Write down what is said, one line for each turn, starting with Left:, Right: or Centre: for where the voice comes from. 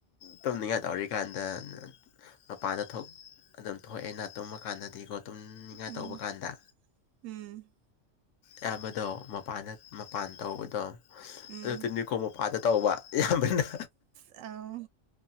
Left: ꯇꯨꯝꯅꯤꯡꯉꯥꯏ ꯇꯧꯔꯤꯀꯥꯟꯗ ꯃꯄꯥꯟꯗ ꯊꯣꯛ ꯑꯗꯨꯝ ꯊꯣꯛꯑꯦꯅ ꯇꯨꯝꯃ ꯀꯥꯟꯗꯗꯤꯀꯣ ꯇꯨꯝꯅꯤꯡꯉꯥꯏ
Right: ꯎꯝ
Left: ꯇꯧꯕ ꯀꯥꯟꯗ
Right: ꯎꯝ
Left: ꯑꯌꯥꯝꯕꯗꯣ ꯃꯄꯥꯟꯗ ꯃꯄꯥꯟ ꯇꯧꯕꯗꯣ
Right: ꯎꯝ
Left: ꯑꯗꯨ ꯇꯤꯅꯤꯈꯣꯡ ꯃꯄꯥꯟꯗ ꯇꯧꯕ ꯏꯌꯥꯝꯕꯅ
Right: ꯑ